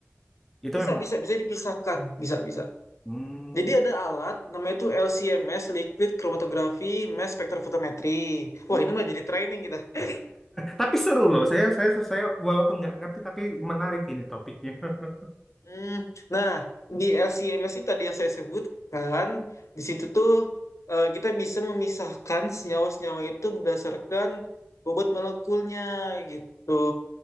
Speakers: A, in the centre; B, on the left.
A: Itu
B: Bisa
A: memang
B: bisa bisa dipisahkan, bisa bisa.
A: hmm,
B: Jadi ada alat namanya itu LCMS Liquid Chromatography Mass Spectrophotometry.
A: hmm.
B: Wah, ini mah jadi training kita. <laughs>
A: Tapi seru loh. Saya saya saya walaupun nggak ngerti tapi menarik ini topiknya. <laughs>
B: Hmm, nah, di LCMS itu tadi yang saya sebutkan, di situ tuh eh, kita bisa memisahkan senyawa-senyawa itu berdasarkan bobot molekulnya gitu.